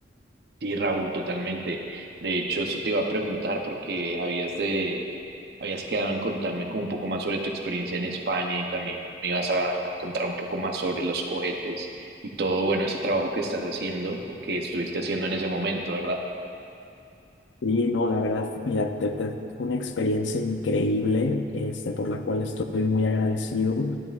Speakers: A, on the right (about 60°); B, on the left (about 85°).
A: Sí, Raúl, totalmente. De hecho, eso te iba a preguntar porque habías de, habías quedado en contarme como un poco más sobre tu experiencia en España y también me ibas a, a contar un poco más sobre los cohetes y todo, bueno, ese trabajo que estás haciendo o que estuviste haciendo en ese momento, ¿verdad?
B: Y no, la verdad, mira, te- te- fue una experiencia increíble, este, por la cual estoy muy agradecido.